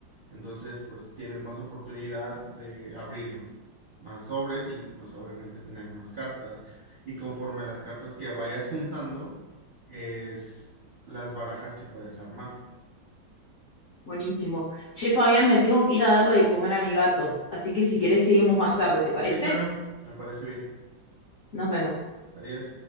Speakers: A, on the right; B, on the left.
A: Entonces, pues tienes más oportunidad de abrir más sobres y pues obviamente tener más cartas. Y conforme las cartas que vayas juntando, es las barajas que puedes armar.
B: Buenísimo. Che, Fabián, me tengo que ir a darle de comer a mi gato, así que si querés seguimos más tarde, ¿te parece?
A: Sí, claro, me parece bien.
B: Nos vemos.
A: Adiós.